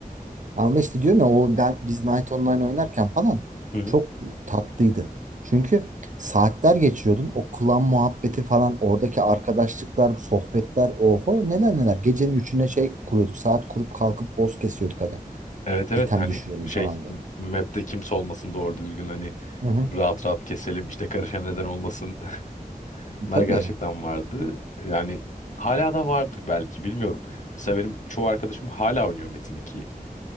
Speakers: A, on the right; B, on the left.
A: Ama işte diyorum ya o ben, biz Night Online oynarken falan
B: hı.
A: çok tatlıydı. Çünkü saatler geçiyordun. O klan muhabbeti falan oradaki arkadaşlıklar, sohbetler oho neler neler. Gecenin üçüne şey kuruyorduk. Saat kurup kalkıp boss kesiyorduk hani.
B: Evet evet
A: item
B: hani
A: düşürelim
B: şey
A: falan diye.
B: m- map'te kimse olmasın doğru düzgün hani
A: Hı hı.
B: rahat rahat keselim işte karışan neden olmasın. <laughs> Bunlar
A: Tabii.
B: gerçekten vardı. Yani hala da vardır belki bilmiyorum. Mesela benim çoğu arkadaşım hala oynuyor Metin 2'yi.